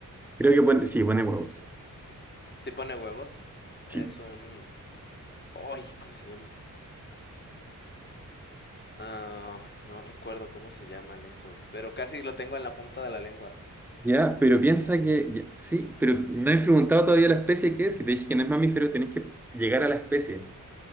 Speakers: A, in the centre; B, on the left.
A: Creo que pone. Sí, pone huevos.
B: Si pone huevos. Es
A: Sí.
B: un... ¡Ay! ¿Cómo se llaman? Ah, no recuerdo cómo se llaman esos, pero casi lo tengo en la punta de la lengua.
A: Ya, pero piensa
B: Es un animal.
A: que, ya, sí, pero no he preguntado todavía la especie que es. Si te dije que no es mamífero, tenés que llegar a la especie.